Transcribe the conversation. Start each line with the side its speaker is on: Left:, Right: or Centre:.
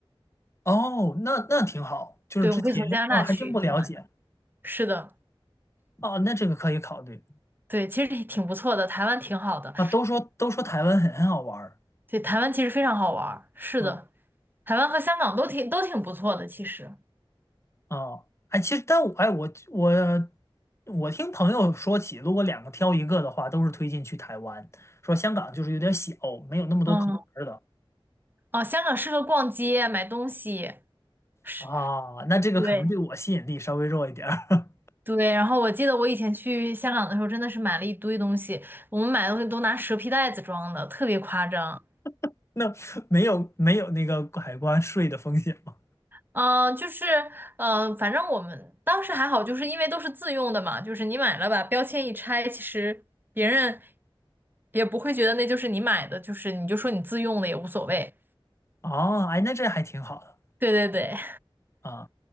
Left: 哦，那那挺好，就是之前啊还真不了解
Right: 对，我们可以从加拿大去，相当于是的。
Left: 啊，那这个可以考虑
Right: 对，其实也挺不错的，台湾挺好的。
Left: 啊。都说都说台湾很很好玩儿，
Right: 对，台湾其实非常好玩儿。是的，
Left: 啊
Right: 台湾和香港都挺都挺不错的，其实。
Left: 哦，哎，其实但我哎我我我听朋友说起，如果两个挑一个的话，都是推荐去台湾，说香港就是有点小，没有那么多可玩儿的。
Right: 嗯，哦，香港适合逛街、买东西。是，
Left: 啊，那这个可能对我吸引力稍微弱一点儿，
Right: 对对。然后我记得我以前去香港的时候，真的是买了一堆东西，我们买的东西都拿蛇皮袋子装的，特别夸张。
Left: <laughs> 那没有没有那个海关税的风险吗？
Right: 嗯、呃就是，嗯，反正我们当时还好，就是因为都是自用的嘛，就是你买了把标签一拆，其实别人也不会觉得那就是你买的，就是你就说你自用的也无所谓。
Left: 哦，哎，那这还挺好的
Right: 对对对，
Left: 啊。